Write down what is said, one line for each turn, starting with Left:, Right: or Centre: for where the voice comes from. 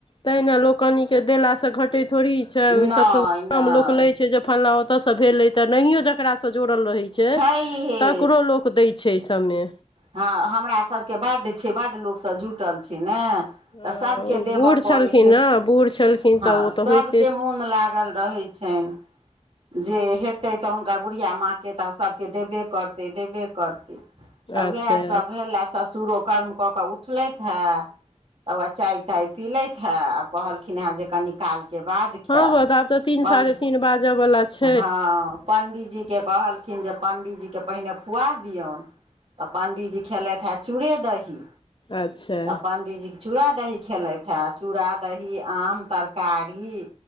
Left: तहिना लोक कनिके देलासँ घटैत थोड़ी छै
Right: नहि
Left: ओहि सभसँ
Right: नहि
Left: कम लोक लै छै जे फलला ओतयसँ भेलै तऽ नहियो जकरासँ जोड़ल रहै छै
Right: छैहे
Left: तकरो लोक। रूक दै छै सभमे
Right: हँ हमरा सभके बड्ड छै बड्ड लोकसभ जुटल छै ने
Left: हँ
Right: तऽ सभके
Left: ओ
Right: देबय
Left: बूढ़
Right: पड़ैत
Left: छलखिन
Right: छै
Left: ने बूढ़ छलखिन
Right: हँ
Left: तऽ ओ तऽ
Right: सभके
Left: होइते छै।
Right: मोन लागल रहैत छनि जे हेतै तऽ हुनकर बुढ़िया माँ के तऽ सभके देबे करतै देबे करतै तऽ
Left: अच्छा
Right: उएहसभ भेलए ससुरो कर्म कऽ कऽ उठलथि है तऽ वै चाय ताय पिलथि ह‌ए आब कहलखिन ह‌ए जे कनी काल के बाद खायब
Left: हँ हा आब तऽ तीन
Right: पण्डी
Left: साढ़े तीन बाजऽ वाला छैय
Right: हँ पंडीत जी के कहलखिन जे पंडित जी के पहिने खुआ दियौन त पंडि जी खेलथि हँ चूड़े दही
Left: अच्छा
Right: तऽ पंडीजी के चूड़ा दही खेलैत ह चूड़ा दही आम तरकारी